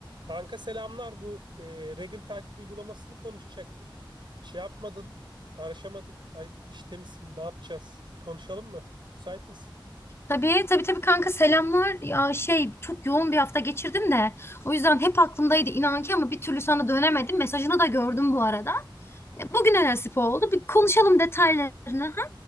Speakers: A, on the right; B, on the left.
A: Kanka selamlar. Bu e, regl takip uygulamasını konuşacaktık. Şey yapmadın, araşamadık. Hayırdır işte misin? Ne yapacağız? Bir konuşalım mı? Müsait misin?
B: Tabii tabii tabii kanka selamlar. Ya şey çok yoğun bir hafta geçirdim de o yüzden hep aklımdaydı inan ki ama bir türlü sana dönemedim. Mesajını da gördüm bu arada. Ya, Bugüne nasip oldu. Bir konuşalım detaylarını. Ha?